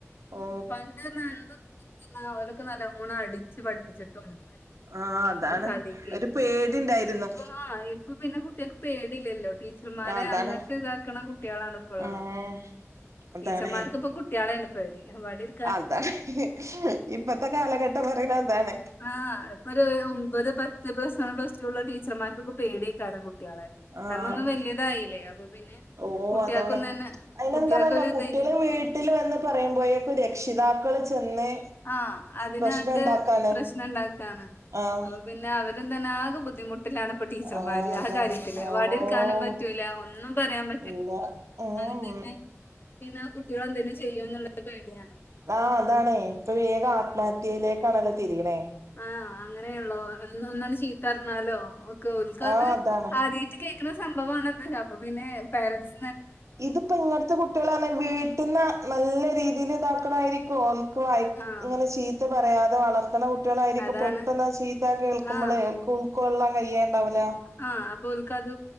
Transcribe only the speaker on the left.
<unintelligible>
<unintelligible> ഓരൊക്കെ നല്ലോണം അടിച്ച് പഠിപ്പിച്ച്ക്കാണ്
<unintelligible>
ഇപ്പ പിന്നെ കുട്ട്യാക്ക് പേടില്ലല്ലോ ടീച്ചർമാരെ
അങ്ങോട്ട് ഇതാക്കണ കുട്ട്യാളാണ് ഇപ്പള്ളത്
ടീച്ചർമാർക്ക് പ്പം കുട്ട്യാളെണ് പേടി വടിട്
ആ ഇപ്പൊരു ഒമ്പത് പത്ത് പ്ലസ് വൺ പ്ലസ് ടു ള്ള ടീച്ചർമാർക്കൊക്കെ പേടിയേക്കാരം കുട്ട്യാളെ
കാരണൊന്ന് വെല്യതായില്ലേ അപ്പൊ പിന്നെ
കുട്ടികൾക്കൊന്ന്
തന്നെ
കുട്ടികൾക്കൊരു
ധൈര്യം
ആ അതിനകത്ത്
പ്രശ്നണ്ടാക്കാണ്
അ പിന്നെ അവരും തന്നെ ആകെ ബുദ്ധിമുട്ടിലാണ് ഇപ്പ ടീച്ചർമാര്
ആ കാര്യത്തില്
വടി ട് കാനും പറ്റൂല ഒന്നും പറയാൻ പറ്റൂല്ല
ഒ
തന്നെ പിന്ന കുട്ട്യോളെന്തെങ്കിലും ചെയ്യോന്ന്ള്ളൊരു പേടിയാണ്
ആ അങ്ങനെള്ളോ ഒന്നണ്ട് ചീത്തറിഞ്ഞാലോ ഒക്കെ ഓൽക്കത്
ആ ദ്യയിട്ട് കേക്ക്ണ സംഭവാണത് അപ്പൊ പിന്നെ പാരൻസ്
ആഹ്
അതാണ്
ആഹ്
ആ അപ്പോല്ക്കത്